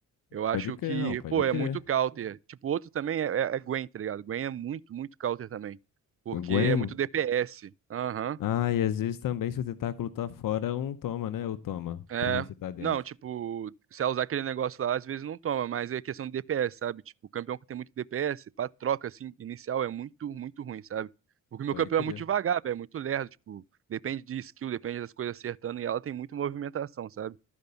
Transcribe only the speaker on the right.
eu acho
que,
pô,
é muito counter. Tipo, outro também é, é, é Gwen, tá ligado? Gwen é muito, muito counter também. Porque
é muito DPS. Aham.
É.
Não, tipo, se ela usar aquele negócio lá, às vezes não toma, mas é questão de DPS, sabe? Tipo, o campeão que tem muito DPS, pra troca, assim, inicial é muito, muito ruim, sabe? Porque meu
campeão
é muito devagar, velho, é muito lerdo, tipo, depende de skill, depende das coisas acertando, e ela tem muita movimentação, sabe?